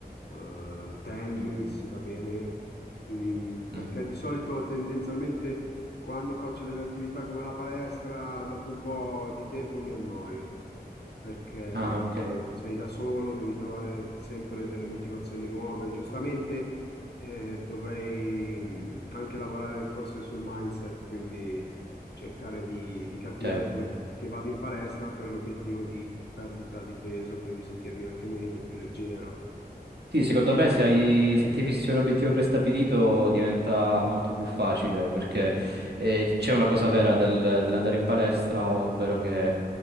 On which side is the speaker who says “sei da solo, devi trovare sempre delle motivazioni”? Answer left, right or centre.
Left